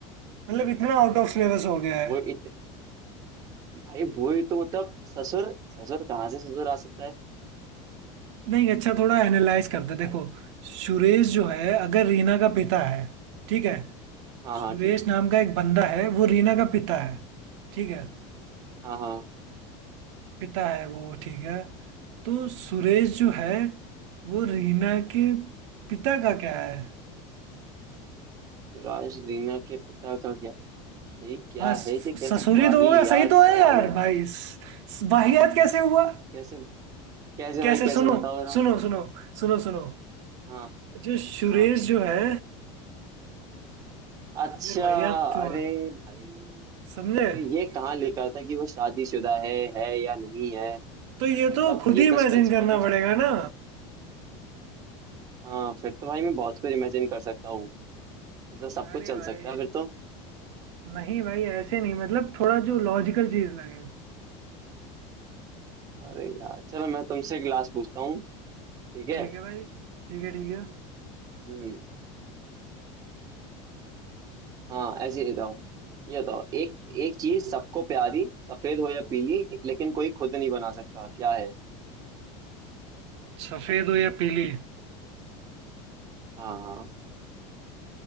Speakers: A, on the right; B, on the right.
A: मतलब इतना आउट ऑफ सिलेबस हो गया है
B: वो इत, भाई वो ही तो मतलब ससुर ससुर कहाँ से ससुर आ सकता है
A: नहीं अच्छा थोड़ा एनालाइज करते हैं। देखो
B: भाई
A: सुरेश जो है अगर रीना का पिता है ठीक है
B: हाँ हाँ
A: सुरेश
B: ठीक है
A: नाम का एक बंदा है वो रीना का पिता है ठीक है
B: हाँ हाँ
A: पिता है वो ठीक है तो सुरेश जो है वो रीना के पिता का क्या है
B: तो राज रीना के पिता का क्या ये क्या
A: हाँ स-
B: है ये कैसा
A: ससुरी
B: वाही
A: तो होगा
B: याद
A: सही तो है
B: सवाल
A: यार
B: है
A: भाई स- स- वाहियात कैसे हुआ
B: कैसे कैसे भाई
A: कैसे
B: कैसे
A: सुनो
B: बताओ रहा हूँ
A: सुनो सुनो सुनो सुनो
B: हाँ
A: जो सुरेश
B: हाँ
A: जो है
B: अच्छा
A: यार वाहियात तो
B: अरे
A: है,
B: भाई
A: समझे
B: तो ये कहाँ लिखा था कि वो शादीशुदा है है या नहीं है
A: तो ये
B: मतलब
A: तो खुद
B: ये
A: ही इमेजिन
B: तो स्पेसिफाई
A: करना
B: कुछ
A: पड़ेगा ना
B: हाँ फिर तो भाई मैं बहुत कुछ इमेजिन कर सकता हूँ ऐसा सब
A: अरे
B: कुछ चल
A: भाई
B: सकता है फिर तो
A: नहीं भाई ऐसे नहीं मतलब थोड़ा जो लॉजिकल चीज लगे
B: अरे यार चलो मैं तुमसे एक लास्ट पूछता हूँ ठीक है
A: ठीक है भाई ठीक है ठीक है
B: हम्म हाँ ऐसे ही बताओ ये बताओ एक एक चीज सबको प्यारी सफेद हो या पीली लेकिन कोई खुद नहीं बना सकता क्या है
A: सफेद हो या पीली
B: हाँ हाँ